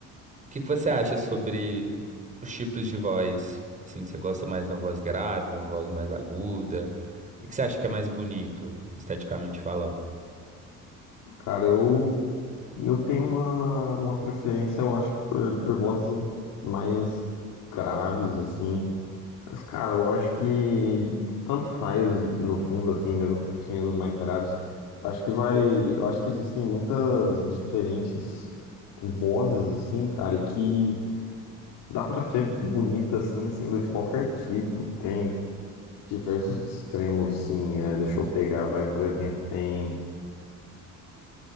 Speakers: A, on the right; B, on the left.
A: o que que você acha sobre os tipos de voz? Assim, você gosta mais de uma voz grave, uma voz mais aguda? O que que você acha que é mais bonito, esteticamente falando?
B: Cara, eu Eu tenho uma, uma preferência, eu acho que por, por vozes mais graves, assim. Mas, cara, eu acho que tanto faz, no fundo, assim, mesmo preferindo os mais graves. Acho que vai. Eu acho que existem muitas diferentes vozes, assim, cara, e que dá pra ser bonita, assim, sendo de qualquer tipo. Tem diversos extremos, assim. é, deixa eu pegar, vai, por exemplo, tem